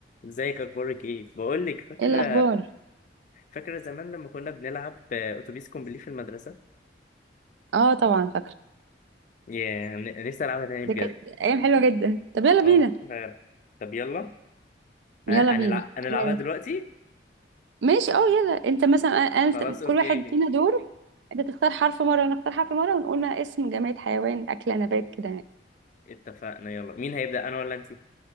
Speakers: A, on the left (about 45°); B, on the right (about 75°).
A: ازيك اخبارك ايه بقول لك فاكره
B: ايه الاخبار
A: فاكره زمان لما كنا بنلعب آه، اتوبيس كومبلي في المدرسه
B: اه طبعا فاكره
A: يا ن- نفسي العبها تاني
B: ده
A: بجد
B: كانت ايام حلوه جدا طب يلا
A: اه
B: بينا
A: فعلا. طب يلا
B: يلا
A: ه-
B: بينا
A: هنلع- هنلعبها
B: آه،
A: دلوقتي
B: ماشي اه يلا انت مثلا انا
A: خلاص
B: أنا-
A: اوكي
B: كل واحد فينا دور انت تختار حرف مره وانا اختار حرف مره ونقول ما اسم جماد حيوان اكله نبات كده يعني
A: اتفقنا يلا مين هيبدا انا ولا انت